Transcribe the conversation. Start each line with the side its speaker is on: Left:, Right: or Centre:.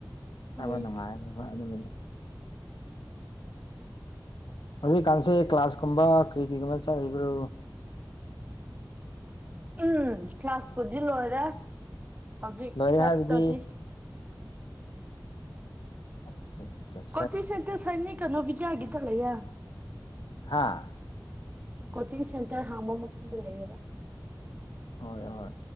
Left: ꯆꯥꯕ
Right: ꯎꯝ
Left: ꯅꯨꯉꯥꯏꯕ ꯑꯗꯨꯒꯤꯅꯤ ꯍꯧꯖꯤꯛꯀꯥꯟꯁꯦ ꯀ꯭ꯂꯥꯁꯀꯨꯝꯕ ꯀꯔꯤ ꯀꯔꯤꯒꯨꯝꯕ ꯆꯠꯂꯤꯕ꯭ꯔꯣ
Right: ꯎꯝ ꯀ꯭ꯂꯥꯁꯄꯨꯗꯤ ꯂꯣꯏꯔꯦ ꯍꯧꯖꯤꯛ
Left: ꯂꯣꯏꯔꯦ
Right: ꯁꯦꯜꯐ
Left: ꯍꯥꯏꯕꯗꯤ
Right: ꯏꯁꯇꯗꯤ
Left: ꯑꯠꯆꯠ ꯆꯠ
Right: ꯀꯣꯆꯤꯡ ꯁꯦꯟꯇꯔ ꯁꯥꯏꯅꯤꯛ ꯀ ꯅꯣꯕꯤꯗꯌꯥꯒꯤꯗ ꯂꯩꯔ
Left: ꯍꯥꯥ
Right: ꯀꯣꯆꯤꯡ ꯁꯦꯟꯇꯔ ꯍꯥꯡꯕ ꯃꯐꯝꯗ ꯂꯩꯌꯦꯕ
Left: ꯍꯣꯏ ꯍꯣꯏ